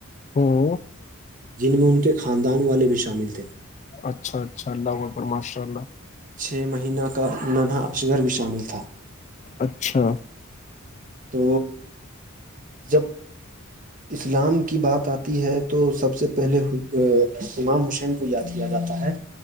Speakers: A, on the left; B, on the right.
A: ہوں
B: جن میں ان کے خاندان والے بھی شامل تھے
A: اچھا اچھا اللہ اکبر ماشاء اللہ
B: چھ مہینہ کا ننھا اصغر بھی شامل تھا
A: اچھا
B: تو جب اسلام کی بات آتی ہے تو سب سے پہلے امام حسین کو یاد کیا جاتا ہے